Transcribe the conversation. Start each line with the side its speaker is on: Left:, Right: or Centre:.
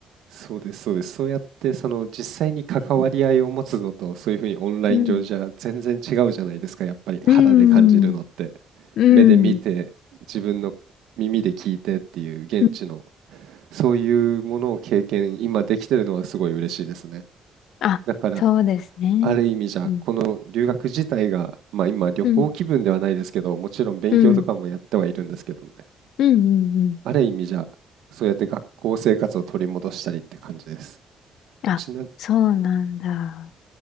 Right: そうです、そうです。そうやって、その実際に関わり合いを持つのと、そういうふうにオンライン上じゃ全然違うじゃないですか、
Left: うん。
Right: やっぱり肌で感じるのって。
Left: うん。うん。
Right: 目で見て、自分の耳で聞いてっていう現地の、
Left: うん
Right: そういうものを経験、今できてるのはすごい嬉しいですね。
Left: あ、
Right: だから、
Left: そうですね。
Right: ある意味じゃ、
Left: うん。
Right: この留学自体が、まあ今旅行気分ではないですけど、
Left: うん。
Right: もちろん勉強とかもやってはいるんですけどね。
Left: うん。うん。うん。うん
Right: ある意味じゃ、そうやって学校生活を取り戻したりって感じです。
Left: あ、
Right: ちな
Left: そうなんだ。